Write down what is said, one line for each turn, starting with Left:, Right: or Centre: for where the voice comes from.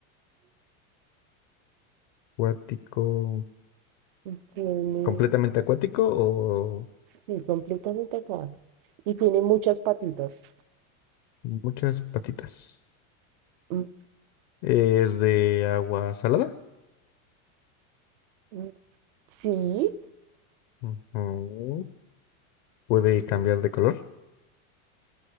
Left: Acuático.
Right: y tiene,
Left: ¿Completamente acuático o
Right: sí, completamente acuático. Y tiene muchas patitas.
Left: muchas patitas?
Right: Mm,
Left: ¿Es de agua salada?
Right: mm, Sí,
Left: Ujú. ¿Puede cambiar de color?